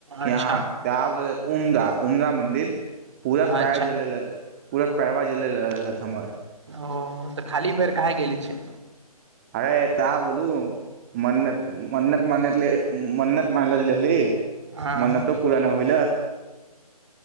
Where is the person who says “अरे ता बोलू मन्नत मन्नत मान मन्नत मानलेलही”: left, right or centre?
Right